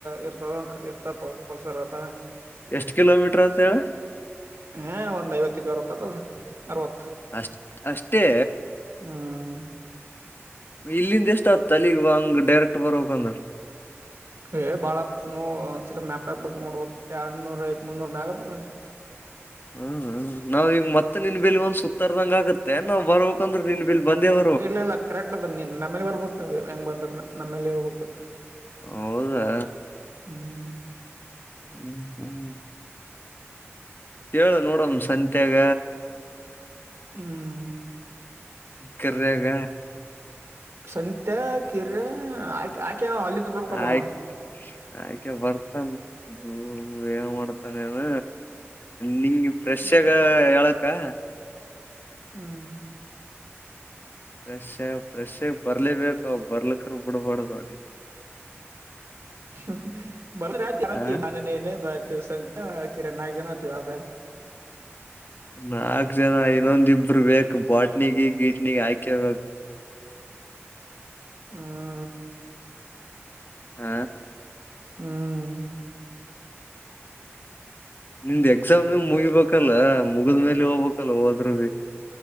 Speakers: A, on the right; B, on the left.
A: ಇರ್ತದ ಇರ್ತ ಪಲ್ಸರ್ದ
B: ಎಷ್ಟ ಕಿಲೋಮೀಟರ್ ಆತದ ಹೇಳ
A: ಹಾ ಒಂದ ಐವತ್ತಿದ ಅರವತ್ತತ್ತೊದದ ಅರವತ್ತ
B: ಅಷ್ಟ ಅಷ್ಟೇ
A: ಹ್ಮ್
B: ಇಲ್ಲಿಂದ ಎಷ್ಟ ಆತದ ಅಲ್ಲಿಗ ಹಂಗ ಡೈರೆಕ್ಟ್ ಬರಬೇಕಂದ್ರ
A: ಏ ಭಾಳ ಆಗ್ತದ ನ ಒಂದಸಲ ಮ್ಯಾಪ್ ಹಾಕ್ಬೇಕ್ ನೋಡ್ಬೇಕು ಎರಡನೂರ ಐತ್ ಮುನ್ನೂರ ಮ್ಯಾಗ ಆತದ ರೀ
B: ಹ್ಮ್ ಹ ನಾವ ಈಗ ಮತ್ತ ನಿನ್ ಬಲಿ ಒಂದ್ ಸುತ್ತಾರ್ದಂಗ ಆಗತ್ತೆನ ನಾವ್ ಬರ್ಬೇಕಂದ್ರ ನಿನ್ ಬಂದೆವ
A: ಇಲ್ಲ ಇಲ್ಲ ಕರೆಕ್ಟ್ ಅದ ನೀ ನಮ್ಮೇಲೆ ಬರ್ಬೇಕು ನೀವು ಹೆಂಗ್ ಬಂದ್ರ ನಮ್ಮೇಲೆ ಹೋಗ್ಬೇಕ
B: ಹೌದಾ
A: ಹ್ಮ್
B: ಹ್ಮ್ ಹ್ಮ್ ಹ್ಮ ಹೇಳ ನೋಡಮ್ಮ ಸಂತ್ಯಾಗ
A: ಹ್ಮ್
B: ಕರಾಗ
A: ಸಂತೆ ಕಿರೆ ಆಕೆ ಆಕೆ ಅವ ಅಲ್ಲಿದ ಬರ್ಬೇಕಲ್ಲ
B: ಆಯ್ತ ಆಯ್ಕಾ ಬರ್ತನ್ <unintelligible> ಹ್ಮ ಏನ್ ಮಾಡ್ತಾನೆನ ನಿಂಗೆ ಫರಶೆಗ
A: ಹ್ಮ್
B: ಹೇಳ ಕಾ
A: ಹ್ಮ್
B: ಫೆಶ್ಫ್ರೆಶ್ಗ್ ಬರ್ಲೇಬೇಕ ಬರ್ಲೀಕ್ರ ಬೀಡಬಾಡದ ಅವನಿಗ
A: <inaudible> <unintelligible>
B: ಆ
A: ನಾನ ನೀನ ಮತ್ತ ಸಂತೆ ಕಿರೆ ನಾಲ್ಕ ಜನ ಆತಿವ ಅಬೆ
B: ನಾಕ್ ಜನ ಇನ್ನೊಂದ ಇಬ್ರು ಬೇಕು ಬಾಟ್ನಿಗೆ ಗೀಟ್ನಿಗಿ ಹಾಕೇಬೇಕು
A: ಹ್ಮ್
B: ಹ್ಮ
A: ಹ್ಮ್
B: ನಿಮ್ದ್ ಎಕ್ಸಾಮ್ ಮುಗಿಬೇಕಲ್ಲ ಮುಗಿದ್ಮೆಲೆ ಹೋಗ್ಬೇಕಲ್ಲ ಹೋದರು ಭಿ